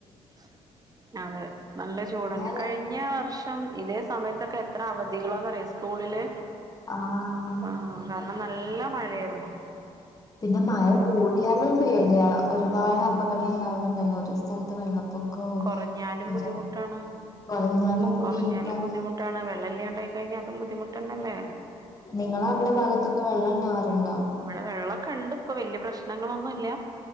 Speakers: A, on the right (about 25°); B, on the left (about 25°).
A: <inaudible> അതെ നല്ല ചൂടെന്നെ
B: മഴ
A: കഴിഞ്ഞ വർഷം ഇതേ സമയത്ത് തൊക്കെ എത്ര അവധികളാന്നറിയോ സ്കൂളില്
B: ആഹ്
A: ആ കാരണം നല്ല മഴ ർ ന്നു
B: പിന്നെ മഴ കൂടിയാലും പേടിയാ ഒരുപാട് അപകടം ഉണ്ടാവുന്നുണ്ടല്ലോ ഓരോ സ്ഥലത്ത് വെള്ളം പൊക്കോ
A: കുറഞ്ഞാലും
B: അഞ്ചാല്
A: ബുദ്ധിമുട്ടാണ്
B: കുറഞ്ഞാലും ബുദ്ധിമുറ്റക്കാരും
A: കുറഞ്ഞാലും ബുദ്ധിമുട്ടാണ് വെള്ളം ഇല്ലാണ്ടായി കഴിഞ്ഞാൽ അതും ബുദ്ധിമുട്ടന്നല്ലേ
B: <inaudible> ആ ങ്ങളവിടെ
A: ഉം
B: ഭാഗത്തൊക്കെ വെള്ളണ്ടാവാറുണ്ടാ
A: ഇവിടെ വെള്ളമൊക്കെ ഉണ്ട് ഇപ്പൊ വല്യ പ്രശ്നങ്ങളൊന്നുല്ല